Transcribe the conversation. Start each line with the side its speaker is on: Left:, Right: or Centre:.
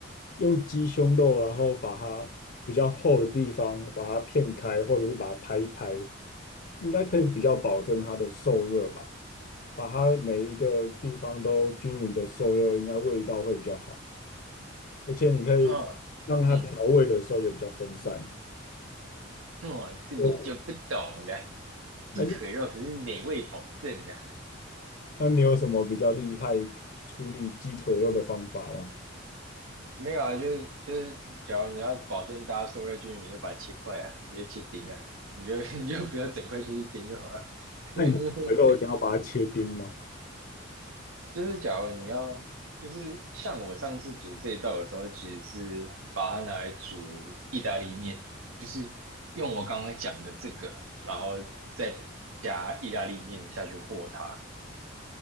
Left: 用鸡胸肉，然后把它比较厚的地方把它片开，或者是把它拍一拍，应该可以比较保证它的受热吧，把它每一个地方都均匀的受热，应该味道会比较好，而且你可以让它调味的时候也比较分散。
Right: 哦，嗯，哦，这你就不懂了。
Left: 我。还是。
Right: 鸡腿肉可是美味保证的，
Left: 那你有什么比较厉害处理鸡腿肉的方法吗？
Right: 没有啊，就是就是，假如你要保证大家受热均匀，你就把它切块啊，你就切丁啊，你就 <laughs> 你就不要整块下去煎就好了。<laughs>
Left: 那你鸡腿肉一定要把它切丁吗？
Right: 就是假如你要，就是像我上次煮这一道的时候，其实是把它拿来煮意大利面，就是用我刚刚讲的这个，然后再加意大利面下去和它，